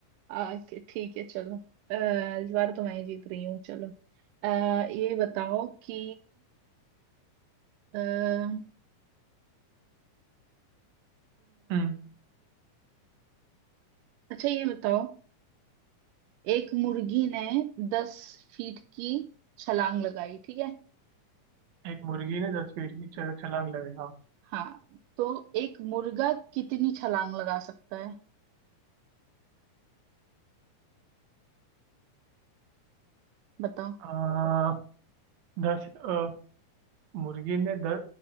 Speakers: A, on the right; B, on the right.
A: आग ठीक है चलो अः इस बार तो मैं ही जीत रही हूँ चलो अः ये बताओ कि अः
B: हम्म
A: अच्छा ये बताओ एक मुर्गी ने दस फीट की छलांग लगाई ठीक है
B: एक मुर्गी ने दस फीट की छ- छलांग लगाई हाँ
A: हाँ तो एक मुर्गा कितनी छलांग लगा सकता है बताओ
B: आ, दस अ, मुर्गी ने दस